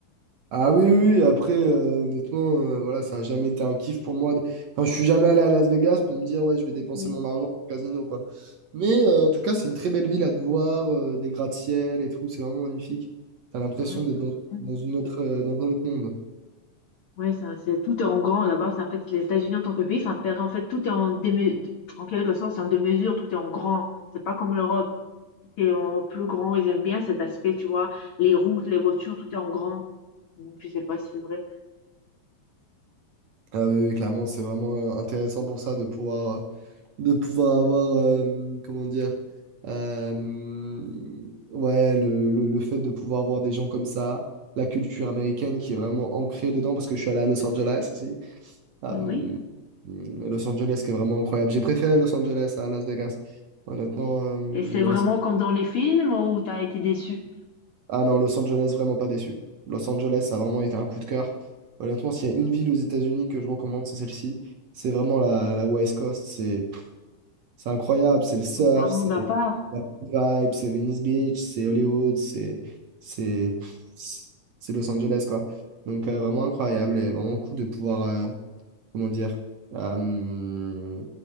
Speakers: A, on the right; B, on the left.
A: ah oui, oui, oui, après, euh, honnêtement, euh, voilà, ça n'a jamais été un kiff pour moi. de- Enfin, je suis jamais allé à Las Vegas pour me dire, ouais, je vais dépenser
B: <laughs>
A: mon argent au casino, quoi. Mais euh, en tout cas, c'est une très belle ville à te voir, euh, des gratte-ciel et tout, c'est vraiment magnifique. T'as l'impression
B: Ouais, ils
A: d'être
B: ont
A: dans,
B: bien
A: dans
B: visité
A: une autre,
B: la ville.
A: euh, dans un autre monde.
B: Ouais, ça- c'est tout est en grand là-bas. C'est en fait les États-Unis en tant que pays, c'est un pays en fait tout est en déme- en quelque sorte, c'est en demi-mesure, tout est en grand. C'est pas comme l'Europe, tout est en plus grand. Ils aiment bien cet aspect, tu vois, les routes, les voitures, tout est en grand. Donc, Je sais pas si c'est vrai.
A: Ah oui, oui, clairement, c'est vraiment euh, intéressant pour ça de pouvoir, euh, de pouvoir avoir, euh, comment dire, euh, ouais, le, le, le fait de pouvoir avoir des gens comme ça, la culture américaine qui est vraiment ancrée dedans, parce que je suis allé à Los Angeles aussi. Euh,
B: Ah oui.
A: Los Angeles qui est vraiment incroyable. J'ai préféré Los Angeles à Las Vegas. Honnêtement, euh,
B: Et c'est vraiment
A: Los
B: comme dans les films où t'as été déçu.
A: Ah non, Los Angeles, vraiment pas déçu. Los Angeles, ça a vraiment été un coup de cœur. Honnêtement, s'il y a une ville aux États-Unis que je recommande, c'est celle-ci. C'est vraiment la, la West Coast. C'est pff, c'est incroyable. C'est le surf,
B: C'est un monde
A: c'est
B: à part.
A: la vibe, c'est Venice Beach, c'est Hollywood, c'est c'est pff, c'est Los Angeles, quoi. Donc, euh, vraiment incroyable et vraiment cool de pouvoir. euh, comment dire, euh,